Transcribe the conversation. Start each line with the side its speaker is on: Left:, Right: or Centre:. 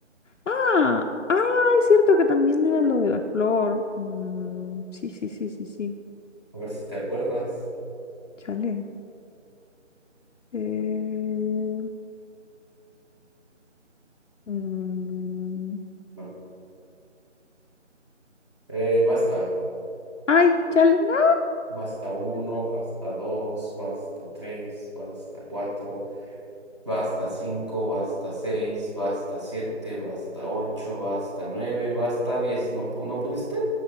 Left: Ah, ah, es cierto que también era lo de la flor. Mm, sí, sí, sí, sí, sí.
Right: A ver si te acuerdas.
Left: Chale. Eh, mm,
Right: No. Eh, basta.
Left: Ay, chale, no.
Right: Basta uno, basta dos, basta tres, basta cuatro, basta cinco, basta seis, basta siete, basta ocho, basta nueve, basta diez. ¿No, pu- no pudiste?